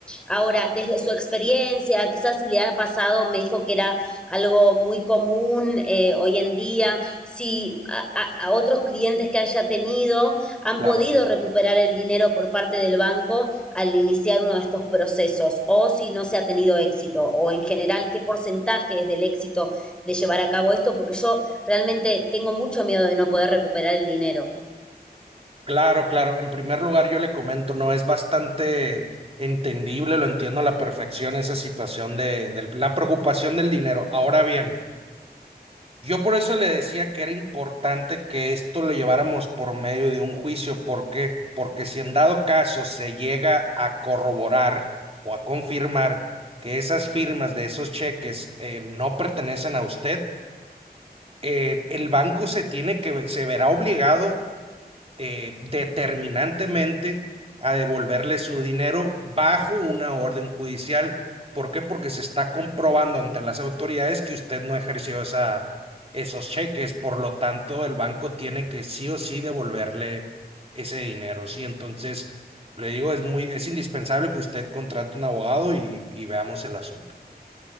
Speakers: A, in the centre; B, on the right.
A: ahora, desde su experiencia, quizás si le ha pasado, me dijo que era algo muy común eh, hoy en día, si a, a, otros clientes que haya tenido han
B: Claro,
A: podido recuperar el dinero por parte del banco al iniciar uno de estos procesos, o si no se ha tenido éxito, o en general, qué porcentaje es del éxito de llevar a cabo esto, porque yo realmente tengo mucho miedo de no poder recuperar el dinero.
B: claro, claro. En primer lugar, yo le comento, no es bastante entendible, lo entiendo a la perfección esa situación de, de la preocupación del dinero. Ahora bien, Yo por eso le decía que era importante que esto lo lleváramos por medio de un juicio. ¿Por qué? Porque si en dado caso se llega a corroborar o a confirmar que esas firmas de esos cheques eh, no pertenecen a usted, eh, el banco se tiene que, se verá obligado eh, determinantemente a devolverle su dinero bajo una orden judicial. ¿Por qué? Porque se está comprobando ante las autoridades que usted no ejerció esa, esos cheques, por lo tanto el banco tiene que sí o sí devolverle ese dinero, ¿sí? Entonces, le digo, es muy, es indispensable que usted contrate un abogado y, y veamos el asunto.